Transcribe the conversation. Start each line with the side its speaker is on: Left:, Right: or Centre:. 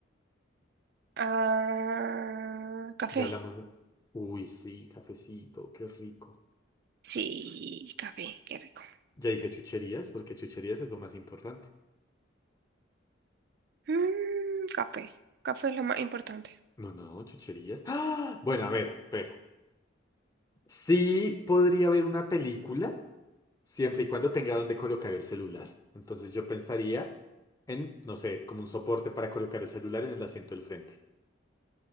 Right: Ah, café.
Left: Ya hablamos... de- Uy, sí, cafecito, qué rico.
Right: Sí, café, qué rico.
Left: Ya dije chucherías, porque chucherías es lo más importante.
Right: Mm, café. Café es lo más importante.
Left: No, no, chucherías. ¡Ah! Bueno, a ver, espera. Sí podría haber una película Siempre y cuando tenga donde colocar el celular. Entonces yo pensaría en, no sé, como un soporte para colocar el celular en el asiento del frente.